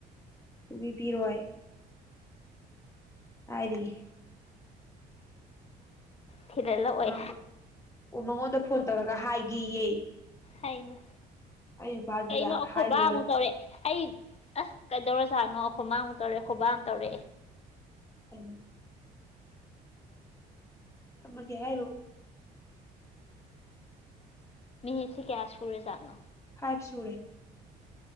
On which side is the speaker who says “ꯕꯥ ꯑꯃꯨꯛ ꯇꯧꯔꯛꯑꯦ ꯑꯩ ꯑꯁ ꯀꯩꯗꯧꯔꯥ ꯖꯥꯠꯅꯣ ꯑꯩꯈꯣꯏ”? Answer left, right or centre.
Left